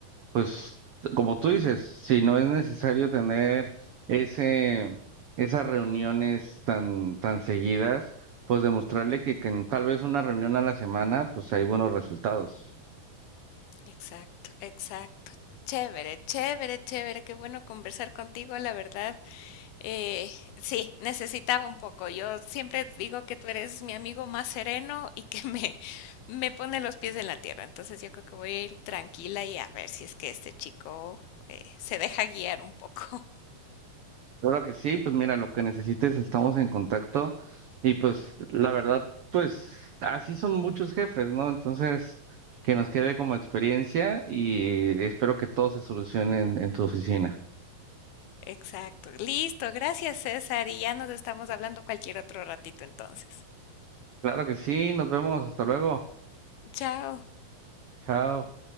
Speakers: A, on the right (about 80°); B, on the left (about 85°).
A: pues como tú dices, si no es necesario tener ese, esas reuniones tan, tan seguidas, pues demostrarle que, que en tal vez una reunión a la semana pues hay buenos resultados.
B: Exacto, exacto. Chévere, chévere, chévere, qué bueno conversar contigo, la verdad. Eh, sí, necesitaba un poco. Yo siempre digo que tú eres mi amigo más sereno y que <laughs> me, me pone los pies en la tierra. Entonces yo creo que voy a ir tranquila y a ver si es que este chico eh, se deja guiar un poco.
A: Claro que sí, pues mira, lo que necesites, estamos en contacto y pues la verdad, pues así son muchos jefes, ¿no? Entonces, que nos quede como experiencia y espero que todo se solucione en, en tu oficina.
B: Exacto. Listo, gracias César, y ya nos estamos hablando cualquier otro ratito entonces.
A: Claro que sí, nos vemos, hasta luego,
B: Chao.
A: chao.